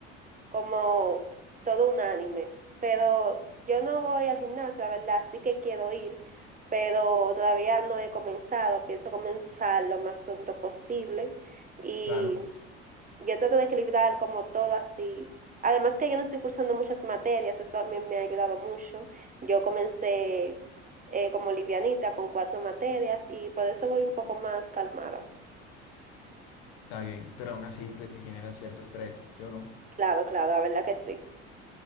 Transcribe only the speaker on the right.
como todo un anime. Pero yo no voy al gimnasio, la verdad, sí que quiero ir, pero todavía no he comenzado. Pienso comenzar lo más pronto posible y
yo trato de equilibrar como todo así. Además que yo no estoy cursando muchas materias, eso también me ha ayudado mucho. Yo comencé eh, como livianita con cuatro materias y por eso voy un poco más calmada.
Claro, claro, la verdad que sí.